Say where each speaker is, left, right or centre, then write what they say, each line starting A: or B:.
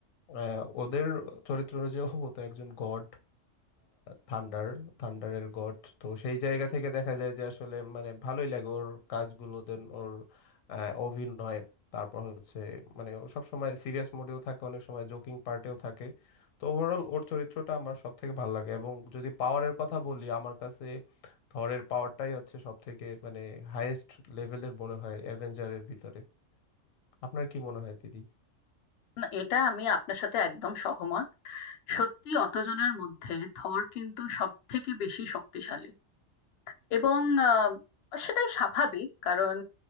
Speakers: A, on the left; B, on the left.
A: আহ, ওদের চরিত্র অনুযায়ী ও তো একজন গড থান্ডার থান্ডারের গড তো সেই জায়গা থেকে দেখা যায় যে আসলে মানে ভালোই লাগে ওর কাজগুলো দেন ওর আহ, অভিনয় তারপর হচ্ছে মানে ও সব সময় সিরিয়াস মোডেও থাকে অনেক সময় জোকিং পার্টেও থাকে তো ওভারঅল ওর চরিত্রটা আমার সব থেকে ভালো লাগে এবং যদি পাওয়ারের কথা বলি আমার কাছে থরের পাওয়ারটাই হচ্ছে সব থেকে মানে হাইয়েস্ট লেভেলের মনে হয় অ্যাভেঞ্জারের ভিতরে আপনার কি মনে হয় দিদি
B: না, এটা আমি আপনার সাথে একদম সহমত সত্যি অতজনের মধ্যে থর কিন্তু সব থেকে বেশি শক্তিশালী এবং আহ, সেটাই স্বাভাবিক কারণ